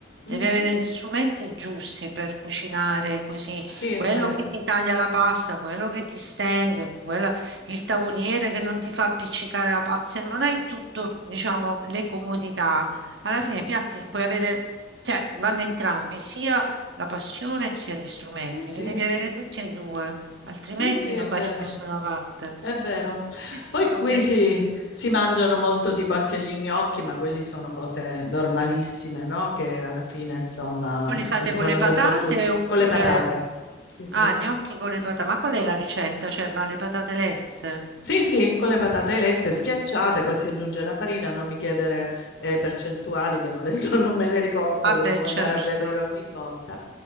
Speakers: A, on the left (about 90°); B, on the right (about 80°).
A: Mhm.
B: Devi avere gli strumenti giusti per cucinare così,
A: Sì, è
B: quello
A: vero.
B: che ti taglia la pasta, quello che ti stende, quella- il tavoliere che non ti fa appiccicare la pasta. Se non hai tutto, diciamo, le comodità, alla fine i piatti puoi avere, cioè vanno entrambi, sia la passione sia gli strumenti,
A: Sì, sì.
B: li devi avere tutti e due, altrimenti
A: Sì, sì, è
B: non vai
A: vero.
B: da nessuna parte.
A: È vero.
B: Questi
A: Poi
B: sono
A: qui
B: piatti.
A: si, si mangiano molto tipo anche gli gnocchi, ma quelli sono cose normalissime, no? Che alla fine, insomma,
B: Voi li fate
A: si
B: con
A: fanno
B: le patate
A: dappertutto.
B: oppure...
A: Con le patate. Sì, sì.
B: Ah, gnocchi con le patate, ma qual è la ricetta? Cioè, ma le patate lesse?
A: Sì, sì, con le patate lesse schiacciate, poi si aggiunge la farina, non mi chiedere eh, percentuali che non, le- <laughs> non me le ricordo,
B: Ah
A: le
B: beh,
A: devo
B: certo.
A: andare a vedere ogni volta.